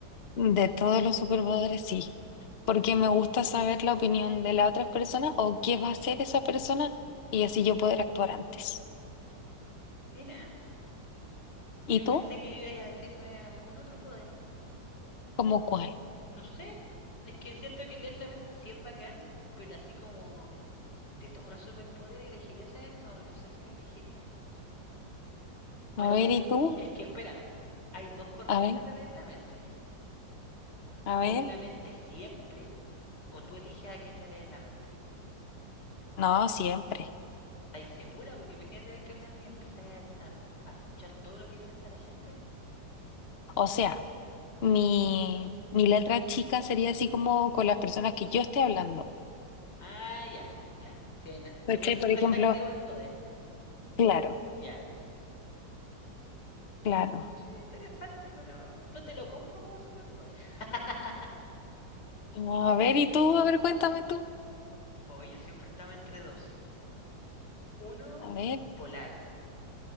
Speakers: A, on the left (about 45°); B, on the left (about 65°).
A: de todos los superpoderes, sí. Porque me gusta saber la opinión de las otras personas o qué va a hacer esa persona y así yo poder actuar antes.
B: Mira,
A: ¿Y
B: yo
A: tú?
B: pensé que ibas a decirme algún otro poder.
A: ¿Cómo cuál?
B: No sé, es que siento que leer la mente sí es bacán, pero así como de todos los superpoderes elegir ese, no, no sé si lo elegiría.
A: A
B: Pero
A: ver,
B: porque,
A: ¿y tú?
B: es que espérame, po, hay dos corrientes
A: A ver,
B: de leer la mente.
A: a
B: ¿Leer
A: ver.
B: la mente siempre o tú eliges a quién le lees la mente?
A: No, siempre.
B: ¿Estáis segura? Porque imagínate vais caminando y empezáis a, a- a escuchar todo lo que piensa la gente.
A: O sea, mi, mi letra chica sería así como con las personas que yo esté hablando.
B: Ah, ya, ya. Sí, no-
A: ¿Cachai?
B: que no siempre
A: Por ejemplo,
B: está activo el poder.
A: claro,
B: Ya.
A: claro.
B: Sí, interesante, pero no te lo compro como superpoder. <laughs>
A: No, A ver, ¿y tú? A ver, cuéntame tú.
B: Oye, yo siempre estaba entre dos. Uno,
A: A ver,
B: volar.